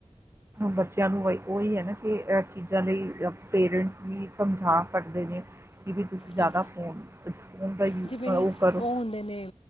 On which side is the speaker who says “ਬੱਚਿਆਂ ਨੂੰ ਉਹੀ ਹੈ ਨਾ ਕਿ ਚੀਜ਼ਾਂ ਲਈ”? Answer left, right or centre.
Right